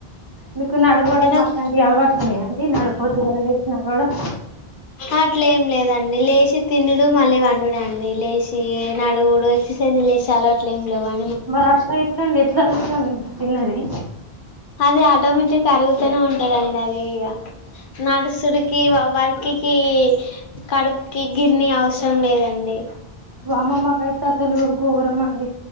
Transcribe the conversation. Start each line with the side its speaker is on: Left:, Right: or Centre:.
Right: మీకు నడవడం
Left: ఒక
Right: అట్లాంటి అలవాట్లు ఉన్నయా అండి నడు పొద్దుగాల లేసి నడవడం
Left: అట్లెం లేదండి లేచి తినుడు మళ్ళీ పండుడే అండి లేచి నాడువుడు ఎక్సర్సైజ్లు చేసే అలవాట్లు ఏం లేవన్
Right: బ్బ అట్ల ఎట్లండి ఎట్లా అరుగుతదండి మీకు తిన్నది
Left: అది ఆటోమేటిక్ అరుగుతూనే ఉంటదండి అది ఇగ నడుసుడికి వ వర్కికి కడుపుకి గిన్ని అవసరం లేదండి
Right: వామ్మో మాకైతే అసలు ఘోరమండి